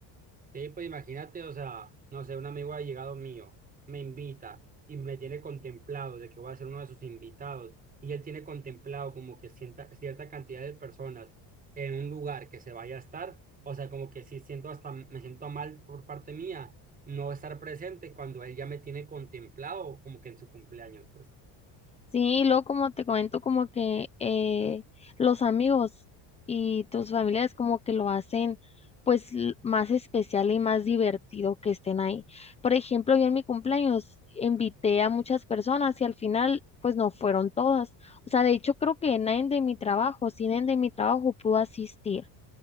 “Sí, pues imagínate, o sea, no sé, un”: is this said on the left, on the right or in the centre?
Right